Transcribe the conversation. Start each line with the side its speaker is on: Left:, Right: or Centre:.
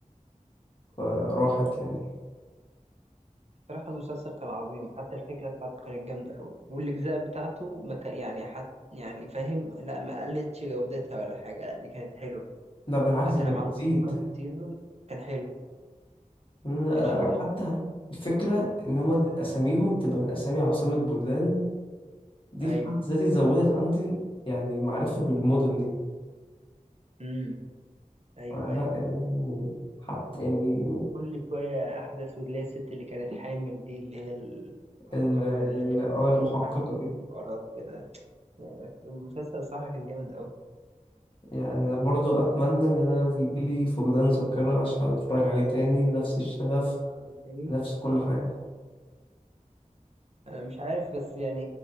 Left: آه، راحت يعني
Right: بصراحة المسلسل كان عظيم حتى الفكرة بتاعته كانت جامدة أوي والأجزاء بتاعته ما كان يعني حت يعني فاهم لا ما قلتش جودتها ولا حاجة لا دي كانت حلوة
Left: لا بالعكس
Right: حتى
Left: دي كانت
Right: لما
Left: بتزيد
Right: عملوا منه كذا سيزون كان حلو ما
Left: لا
Right: كانش
Left: لا لا
Right: وحش
Left: وحتى الفكرة إن هما أساميهم تبقى من أسامي عاصمة بلدان دي
Right: أيوه
Left: في حد ذاتي زودت عندي يعني المعرفة بالمدن دي
Right: امم أيوه
Left: فلا
Right: أيوه
Left: يعني حتى يعني
Right: كل شوية أحداث وتلاقي الست اللي كانت حامل دي اللي هي المحققة
Left: ال- ال-
Right: اللي هي
Left: اه
Right: كانت
Left: المحققة
Right: بقت معاهم
Left: دي
Right: قرار كده يعني المسلسل صح كان جامد أوي
Left: يعني أنا برضو أتمنى إن أنا يجيلي فقدان ذاكرة عشان أتفرج عليه تاني بنفس الشغف
Right: عبد الحليم،
Left: بنفس كل حاجة
Right: أنا مش عارف بس يعني